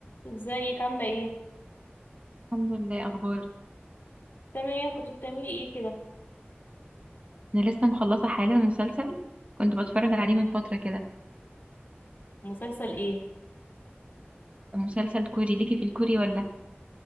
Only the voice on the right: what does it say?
الحمد لله اخبار
انا لسه مخلصه حالا مسلسل كنت بتفرج عليه من فتره كده
مسلسل كوري ليكي في الكوري ولا